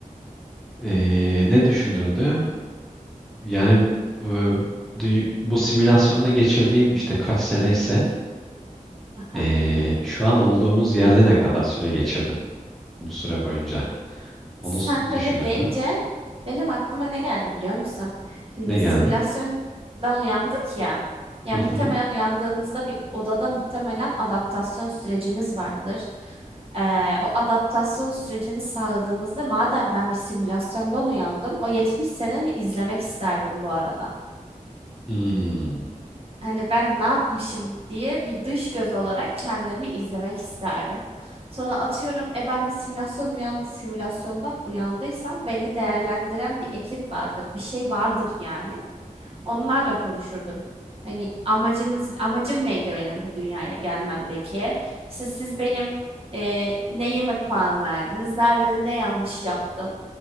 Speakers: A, in the centre; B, on the right (about 45°).
A: Ee, ne düşünürdüm? Yani e, bu, bu simülasyonda geçirdiğim işte kaç sene ise
B: Aha.
A: e, şu an olduğumuz yerde ne kadar süre geçirdim bu süre boyunca? Onu
B: Sen
A: s- düşünürdüm.
B: böyle deyince benim aklıma ne geldi biliyor musun? Şimdi
A: Ne geldi?
B: simülasyondan uyandık ya. Ya
A: Hı
B: muhtemelen
A: hı.
B: uyandığımızda bir odada muhtemelen adaptasyon sürecimiz vardır. Ee, o adaptasyon sürecimi sağladığımızda madem ben bir simülasyondan uyandım, o 70 mi izlemek isterdim bu arada
A: Hmm,
B: hani ben ne yapmışım diye bir dış göz olarak kendimi izlemek isterdim. Sonra atıyorum e ben bir simülasyon uyan simülasyondan uyandıysam beni değerlendiren bir ekip vardır. Bir şey vardır yani onlarla konuşurdum. Hani amacınız, amacım neydi benim bu dünyaya gelmemdeki? İşte siz benim e, neyime puan verdiniz, nerede ne yanlış yaptım